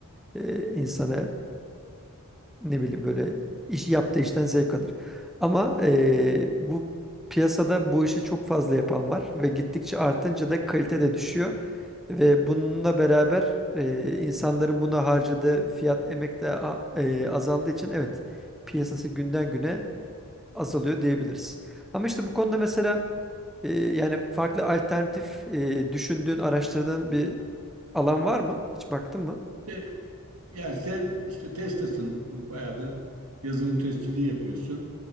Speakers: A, in the centre; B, on the right (about 80°).
A: e, insana ne bileyim böyle iş yaptığı işten zevk alır. Ama eee, bu piyasada bu işi çok fazla yapan var ve gittikçe artınca da kalite de düşüyor ve bununla beraber eee, insanların buna harcadığı fiyat emek de a- eee, azaldığı için evet piyasası günden güne azalıyor diyebiliriz. Ama işte bu konuda mesela eee, yani farklı alternatif eee, düşündüğün, araştırdığın bir alan var mı? Hiç baktın mı?
B: e, yani sen işte tester'sın bayağıdır yazılım testçiliği yapıyorsun.